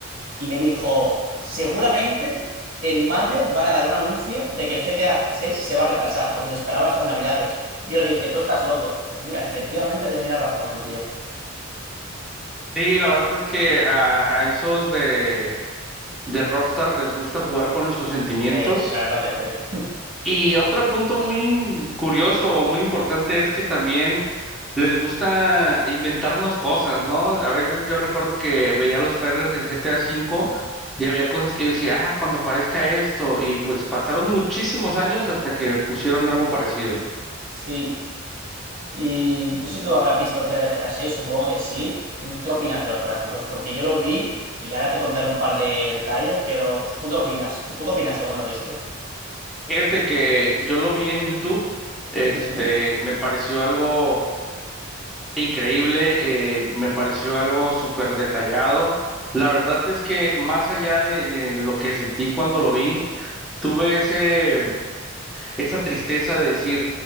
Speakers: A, on the right; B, in the centre.
A: y me dijo, seguramente en mayo van a dar un anuncio de que el GTA 6 se va a retrasar porque se esperaba estas navidades. Y yo le dije, tú estás loco. Pues mira, efectivamente tenía razón el tío.
B: Sí, la verdad es que a, a esos de, de Rockstar les gusta jugar con nuestros sentimientos
A: Eh, la verdad que sí.
B: Y otro punto muy curioso o muy importante es que también les gusta inventarnos cosas, ¿no? A veces yo recuerdo que veía los trailers del GTA V y había cosas que yo decía, ah, cuando aparezca esto, y pues pasaron muchísimos años hasta que pusieron algo
A: Mm.
B: parecido.
A: Sí. Y no sé si tú habrás visto el trailer de GTA 6, supongo que sí. ¿Qué opinas de los gráficos? Porque yo lo vi y ahora te contaré un par de detalles, pero ¿tú qué opinas? ¿Tú qué opinaste cuando lo viste?
B: Fíjate que yo lo vi en YouTube, este,
A: Ujú.
B: me pareció algo increíble, eh, me pareció algo súper detallado. La verdad es que más allá de, de lo que sentí cuando lo vi, Tuve ese, esa tristeza de decir,